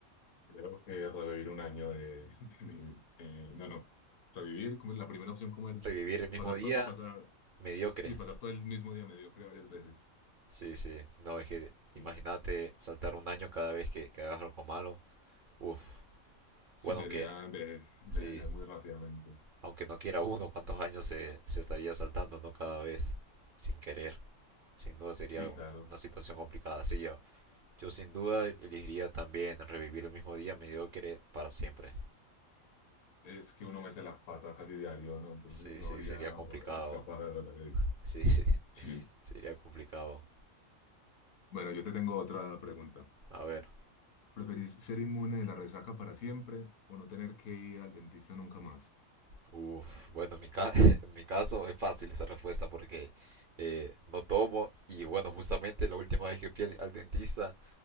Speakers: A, on the left; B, on the right.
A: creo que revivir un año de, <laughs> de mi... eh, no, no, revivir, como es la primera opción, como el
B: Revivir el mismo
A: pasar
B: día,
A: todo, pasar,
B: mediocre.
A: sí, pasar todo el mismo día mediocre varias veces.
B: Sí, sí. No, es que
A: Sí,
B: imagínate saltar un año cada vez que, que hagas algo malo. Uf.
A: sí,
B: Bueno,
A: sería
B: que
A: enveje- envejecer
B: sí.
A: muy rápidamente.
B: Aunque no quiera uno, ¿cuántos años se, se estaría saltando, no? Cada vez. Sin querer. Sin duda sería
A: Sí,
B: una
A: claro,
B: situación complicada. Sí, yo, yo sin duda elegiría también revivir el mismo día mediocre para siempre.
A: es que uno mete la pata casi diario, ¿no? Entonces
B: Sí,
A: no
B: sí,
A: habría
B: sería complicado.
A: eh, escapar. de
B: Sí, <laughs> sí,
A: sí.
B: sería complicado.
A: Bueno, yo te tengo otra pregunta.
B: A ver,
A: ¿Preferís ser inmune de la resaca para siempre o no tener que ir al dentista nunca más?
B: uf, bueno, en mi ca- <laughs> en mi caso es fácil esa respuesta porque eh, no tomo y bueno, justamente la última vez que fui al, al dentista